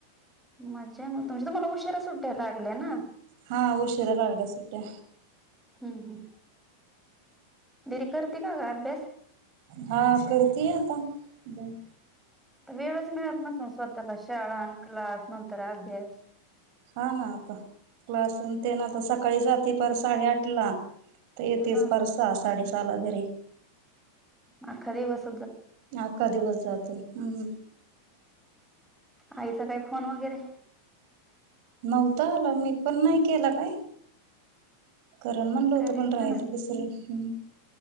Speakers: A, in the centre; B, on the right.
A: मजा म तुमची तर मला उशीरा सुट्ट्या लागल्या ना
B: हा उशिरा लागल्या सुट्ट्या
A: हम ह दीदी करते का ग अभ्यास
B: हा करतेय आता ब
A: वेळच मिळत नसल स्वतःला शाळा क्लास नंतर अभ्यास
B: हा ना आता क्लासन ते
A: हा
B: ना आता सकाळी जाते पर साडेआठ ला तर य तेच
A: हा
B: परत सहा साडे सहा ला घरी
A: आखा दिवस
B: अख्खा दिवस जातोय हम्म.
A: आईचा काही फोन वगैरे
B: नव्हतं आला मी पण नाही केला काय कारण म्हणलं होत
A: करायचा
B: पण राहिला
A: ना
B: विसर हम्